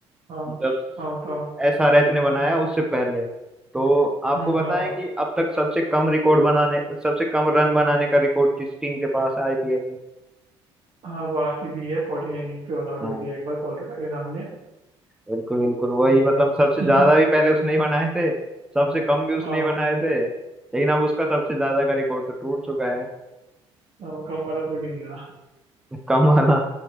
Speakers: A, on the right; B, in the centre.
A: हाँ
B: जब
A: हाँ था
B: एसआरएच ने बनाया उससे पहले तो आपको
A: हम्म,
B: बताएं
A: हाँ
B: कि अब तक सबसे कम रिकॉर्ड बनाने सबसे कम रन बनाने का रिकॉर्ड किस टीम के पास है आईपीएल में
A: हाँ वो आरसीबी है फोर्टी नाइन रन पे ऑल आउट
B: हाँ
A: हुई थी एक बार कोलकाता के सामने
B: बिल्कुल बिल्कुल वही मतलब सबसे
A: <laughs>
B: ज्यादा भी पहले उसने ही बनाए थे सबसे कम भी उसने
A: हाँ
B: ही बनाए थे लेकिन अब उसका सबसे ज्यादा का रिकॉर्ड तो टूट चुका है
A: हाँ, वो कम वाला टूट ही नहीं रहा
B: <laughs> कम वाला